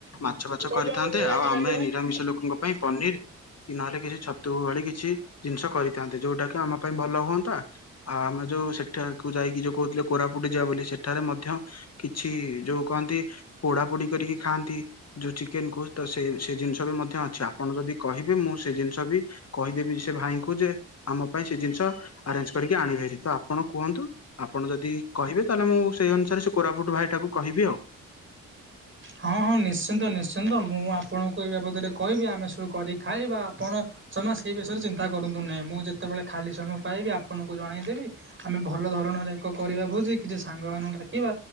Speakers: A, on the left; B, on the right.
A: ମାଛ
B: କୁହନ୍ତୁ।
A: ଫାଚ କରିଥାନ୍ତେ ଆଉ ଆମେ ନିରାମିଷ ଲୋକଙ୍କ ପାଇଁ ପନିର କି ନହେଲେ କିଛି ଛତୁ ଭଳି କିଛି ଜିନିଷ କରିଥାନ୍ତେ ଯୋଉଟା କି ଆମ ପାଇଁ ଭଲ ହୁଅନ୍ତା। ହଁ ଆମେ ଯୋଉ ସେଠାକୁ ଯାଇକି ଯୋଉ କୋହୁଥିଲେ କୋରାପୁଟ ଯିବା ବୋଲି ସେଠାରେ ମଧ୍ୟ କିଛି ଯୋଉ କହନ୍ତି ପୋଡା ପୋଡି କରିକି ଖାଆନ୍ତି ଯୋଉ ଚିକେନ କୁ ତ ସେ ସେ ଜିନିଷ ମଧ୍ୟ ଅଛି ଆପଣ ଯଦି କହିବେ ମୁଁ ସେ ଜିନିଷ ବି କହିଦେବି ସେ ଭାଇଙ୍କୁ ଯେ ଆମ ପାଇଁ ସେ ଜିନିଷ ଆରେଞ୍ଜ କରିକି ଆଣିବେ ହାରି ତ ଆପଣ କୁହନ୍ତୁ ଆପଣ ଯଦି କହିବେ ତାହେଲେ ମୁଁ ସେଇ ଅନୁସାରେ ସେ କୋରାପୁଟ ଭାଇଟାକୁ କହିବି ଆଉ।
B: ହଁ ହଁ ନିଶ୍ଚିନ୍ତ ନିଶ୍ଚିନ୍ତ ମୁଁ ଆପଣଙ୍କୁ ଏଇ ବାବଦରେ କହିବି ଆମେ ସବୁ କରିିକି ଖାଇବା ଆପଣ ଜମା ସେଇ ବିଷୟରେ ଚିନ୍ତା କରନ୍ତୁ ନାହିଁ ମୁଁ ଯେତେବେଳେ ଖାଲି ସମୟ ପାଇବି ଆପଣଙ୍କୁ ଜଣେଇଦେବି। ଆମେ ଭଲ ଧରଣର ଏକ କରିବା ଭୋଜି କିଛି ସାଙ୍ଗ ମାନଙ୍କୁ ଡାକିବା।